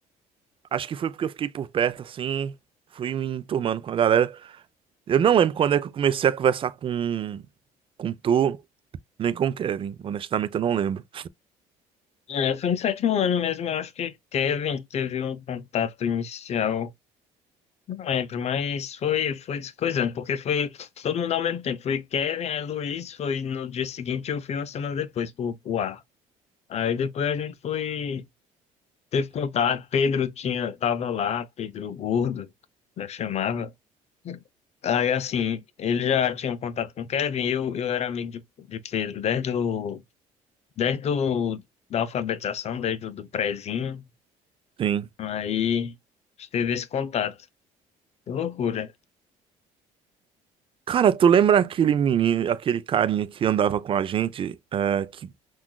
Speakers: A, on the right (about 40°); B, on the left (about 50°).
A: acho que foi porque eu fiquei por perto, assim, fui me enturmando com a galera. Eu não lembro quando é que eu comecei a conversar com, com tu. Nem com o Kevin, honestamente eu não lembro.
B: É, foi no sétimo ano mesmo, eu acho que Kevin teve um contato inicial, não lembro, mas foi, foi descoisando, porque foi todo mundo ao mesmo tempo. Foi Kevin, aí Luiz foi no dia seguinte, eu fui uma semana depois pro, pro ar. Aí depois a gente foi, teve contato, Pedro tinha, tava lá, Pedro Gordo, né, chamava. Aí, assim, ele já tinha um contato com o Kevin, eu, eu era amigo de, de Pedro desde, o, desde o, da alfabetização, desde o do prezinho.
A: Sim.
B: Aí, teve esse contato. Que loucura.
A: Cara, tu lembra aquele menino, aquele carinha que andava com a gente, é, que,